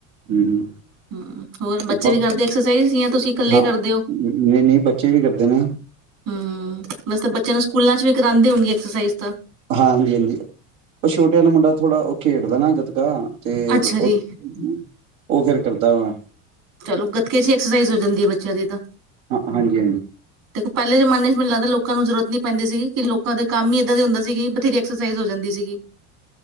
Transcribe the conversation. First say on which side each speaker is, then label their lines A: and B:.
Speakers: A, on the right; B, on the right.
A: ਹੂੰ
B: ਹੂੰ ਹੋਰ ਬੱਚੇ
A: ਬ
B: ਵੀ ਕਰਦੇ ਐਕਸਰਸਾਈਜ਼ ਜਾਂ ਤੁਸੀਂ ਕੱਲੇ
A: ਹਾਂ
B: ਕਰਦੇ ਹੋ।
A: ਨਹੀਂ ਨਹੀਂ ਬੱਚੇ ਵੀ ਕਰਦੇ ਨੇ
B: ਹੂੰ ਵੈਸੇ ਤਾਂ ਬੱਚਿਆਂ ਨੂੰ ਸਕੂਲਾਂ ਚ ਵੀ ਕਰਾਂਦੇ ਹੋਣਗੇ। ਐਕਸਾਈਜ਼
A: ਹਾਂ ਹਾਂਜੀ ਹਾਂਜੀ ਉਹ ਛੋਟੇ ਆਲਾ ਮੁੰਡਾ ਥੋੜ੍ਹਾ ਉਹ ਖੇਡਦਾ ਨਾ ਗੱਤਕਾ ਤੇ
B: ਅੱਛਾ
A: ਉਹ
B: ਜੀ
A: ਫੇਰ ਕਰਦਾ ਵਾ
B: ਚਲੋ ਗੱਤਕੇ ਚ ਐਕਸਰਸਾਈਜ਼ ਹੋ ਜਾਂਦੀ ਹੈ ਬੱਚਿਆਂ ਦੀ ਤਾਂ
A: ਹਾਂ ਹਾਂਜੀ
B: ਦੇਖੋ ਪਹਿਲੇ ਜਮਾਨੇ ਚ ਮੈਨੂੰ ਲੱਗਦਾ ਲੋਕ ਲੋਕਾਂ ਨੂੰ ਜਰੂਰਤ ਨਹੀਂ ਪੈਂਦੀ ਸੀਗੀ ਕਿ ਲੋਕ ਲੋਕਾਂ ਦੇ ਕੰਮ ਹੀ ਏਦਾਂ ਦੇ ਹੁੰਦੇ ਸੀਗੇ ਤੇ ਐਕਸਰਸਾਈਜ਼ ਹੋ ਜਾਂਦੀ ਸੀਗੀ।